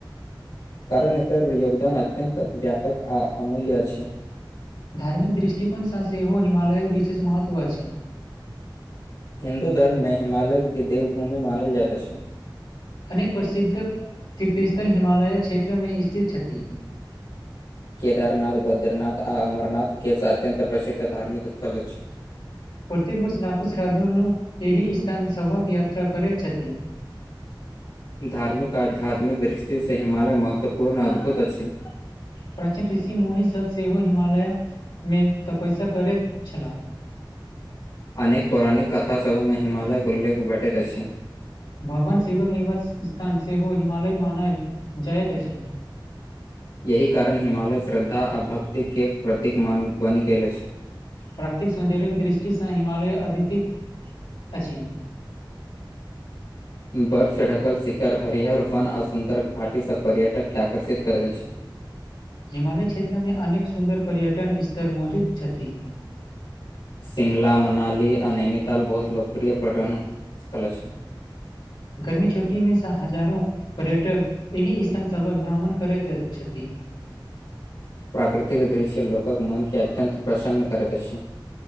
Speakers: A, on the left (about 70°); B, on the left (about 85°).
A: कारण एकर योगदान अत्यन्त व्यापक आ अमूल्य अछि
B: धार्मिक दृष्टिकोणसँ सेहो हिमालयके विशेष महत्व अछि
A: हिन्दू धर्ममे हिमालय के देवभूमि मानल जाएत अछि
B: अनेक प्रसिद्धक तीर्थस्थल हिमालय क्षेत्र मे स्थित छथि
A: केदारनाथ बद्रनाथ आ अमरनाथ के सँ अत्यन्त प्रसिद्ध धार्मिक स्थल अछि
B: प्रत्येक वर्ष लाखो श्राद्धु लोग एहि स्थान सभक यात्रा करैत छथिन
A: धार्मिक आ आध्यात्मिक दृष्टिसँ हिमालय महत्वपूर्ण अद्भुत अछि
B: प्राचीन ऋषि मुनि सब सेहो हिमालय मे तपस्या करैत छलाह
A: अनेक पौराणिक कथासभमे हिमालयक उल्लेख भेटैत अछि
B: भगवान शिवक निवास स्थान सेहो हिमालय मनायल जायइत अछि
A: एहि कारण हिमालय श्रद्धा आ भक्तिके प्रतीक मान बनि गेल अछि
B: प्रकृतिक सौन्दर्य्यक दृष्टिसँ हिमालय अधधिक अछि
A: बर्फसँ ढकल शिखर हरिहर वन आ सुन्दर घाटीसँ पर्यटकके आकर्षित करैत अछि।
B: हिमालय क्षेत्रमे अनेक सुन्दर पर्यटन स्थल मौजूद छथि।
A: शिमला मनाली आ नैनीताल बहुत लोकप्रिय पर्यटन स्थल अछि।
B: गर्मी छुट्टी मे सँ हजारो पर्यटक एहि स्थान सबक भ्रमण करैत छथि,
A: प्राकृतिक दृश्य लोकक मन की अत्यत प्रसन्न करैत अछि